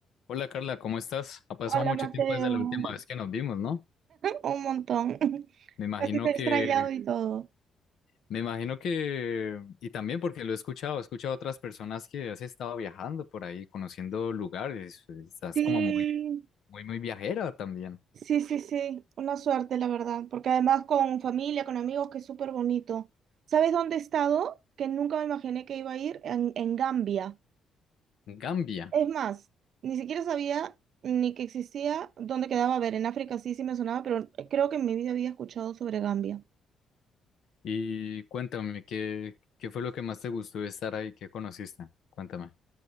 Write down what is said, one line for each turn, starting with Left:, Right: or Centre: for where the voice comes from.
Left: Hola Carla, ¿cómo estás? Ha pasado
Right: Hola
Left: mucho
Right: Mateo,
Left: tiempo desde la última
Right: <laughs>
Left: vez que nos vimos, ¿no?
Right: un montón. <laughs>
Left: Me imagino
Right: Así te he
Left: que,
Right: extrañado y todo.
Left: me imagino que, y también porque lo he escuchado, he escuchado a otras personas que has estado viajando por ahí, conociendo lugares, estás
Right: Sí,
Left: como muy, muy, muy viajera también,
Right: sí, sí, sí, una suerte, la verdad, porque además con familia, con amigos, que es súper bonito. ¿Sabes dónde he estado? Que nunca me imaginé que iba a ir en, en Gambia.
Left: Gambia.
Right: Es más, ni siquiera sabía ni que existía dónde quedaba. A ver, en África sí, sí me sonaba, pero creo que en mi vida había escuchado sobre Gambia.
Left: Y cuéntame, ¿qué, qué fue lo que más te gustó de estar ahí? ¿Qué conociste? Cuéntame.